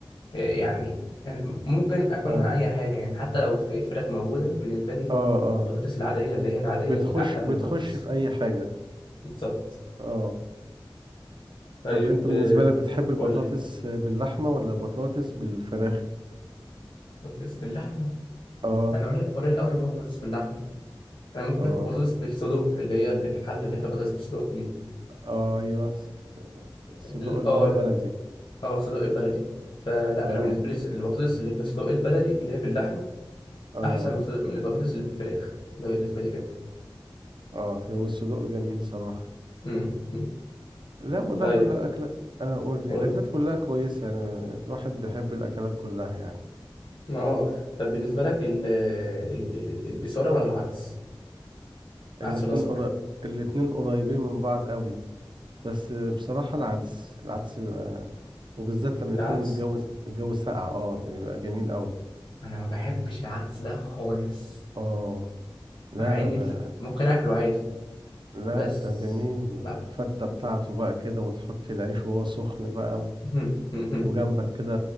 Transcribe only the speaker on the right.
اه
اه اه
بتخش
بتخش
في اي حاجة
اه
طب انت بالنسبة
لك بتحب البطاطس
باللحمة ولا البطاطس بالفراخ
اه
اه
آه، ايوه الصدوق
اللي
هو البلدي
اه
اه
اه هو الصدوق جميل صراحة
لا ولا
ولا اكل آه قول لي
الاكلات
كلها كويسة يعني الواحد بيحب الاكلات كلها يعني
الاتنين
قرا... الاتنين قريبين من بعض قوي بس بصراحة العدس العدس بيبقى وبالذات لما
يكون الجو الجو ساقع اه بيبقى جميل قوي
اه لا
ده
لا
ده جميل
الفتة بتاعته بقى كده وتحط العيش وهو سخن بقى و-
وجنبك كده